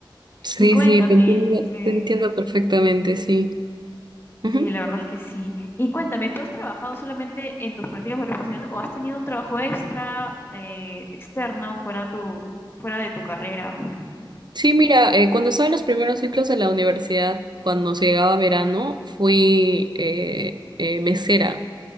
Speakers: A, on the right (about 60°); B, on the left (about 25°).
A: Sí,
B: Y cuéntame,
A: sí, te entiendo,
B: sí.
A: te entiendo perfectamente, sí. Ujú.
B: Sí, la verdad es que sí. Y cuéntame, ¿tú has trabajado solamente en tus prácticas profesionales o has tenido un trabajo extra, eh, externo, fuera tu, fuera de tu carrera?
A: Sí, mira, eh, cuando estaba en los primeros ciclos de la universidad, cuando se llegaba verano, fui eh, eh, mesera.